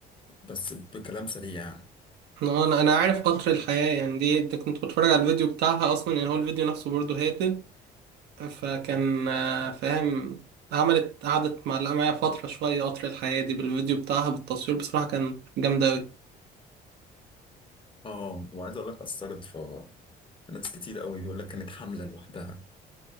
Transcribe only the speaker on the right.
أنا أنا أنا عارف قطر الحياة يعني دي دي كنت بتفرج على الفيديو بتاعها أصلا يعني هو الفيديو نفسه برضه هادي فكان آه، فاهم عملت قعدت معلقة معايا فترة شوية قطر الحياة دي بالفيديو بتاعها بالتصوير بصراحة كان جامدة أوي